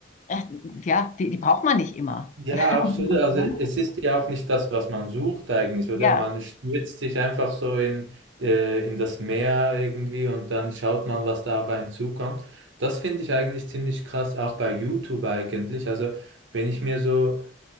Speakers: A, on the left; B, on the right.
A: äh, ja, die, die braucht man nicht immer.
B: Ja, absolut.
A: Mhm.
B: Also es ist ja auch nicht das, was man sucht eigentlich, oder?
A: Ja.
B: Man stürzt sich einfach so in, äh, in das Meer irgendwie und dann schaut man, was da auf einen zukommt. Das finde ich eigentlich ziemlich krass, auch bei YouTube eigentlich. Also wenn ich mir so